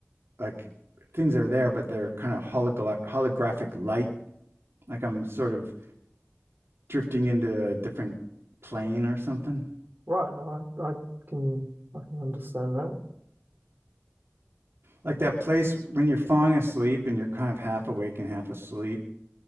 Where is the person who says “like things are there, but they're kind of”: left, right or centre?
Right